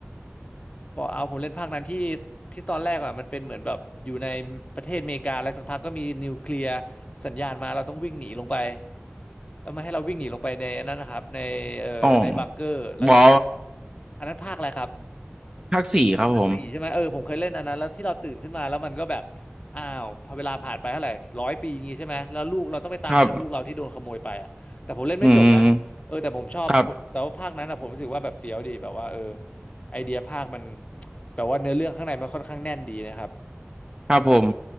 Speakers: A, on the left (about 30°); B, on the right (about 15°).
A: Fallout ผมเล่นภาคนั้นที่ที่ตอนแรกอะมันเป็นเหมือนแบบอยู่ในประเทศอเมริกาแล้วสักพักก็มีนิวเคลียร์สัญญาณมาเราต้องวิ่งหนีลงไปแล้วมาให้เราวิ่งหนีลงไปในอันนั้นนะครับในเอ่อในบังเกอร์แล้วสักพัก
B: อ๋อบอ
A: อันนั้นภาคอะไรครับ
B: ภาคสี่ครับผม
A: ภาคสี่ใช่ไหมเออผมเคยเล่นอันนั้นแล้วที่เราตื่นขึ้นมาแล้วมันก็แบบอ้าวพอเวลาผ่านไปเท่าไหร่ร้อยปีงี้ใช่ไหมแล้วลูกเราต้องไปตามหาลูกเราที่โดนขโมยไปอ่ะแต่ผมเล่นไม่จบนะเออแต่ผมชอบผมแต่ว่าภาคนั้นอ่ะผมรู้สึกว่าแบบเฟี้ยวดีแบบว่าเออ
B: ครับอืมครับ
A: ไอเดียภาคมันแบบว่าเนื้อเรื่องข้างในมันค่อนข้างแน่นดีนะครับ
B: ครับผม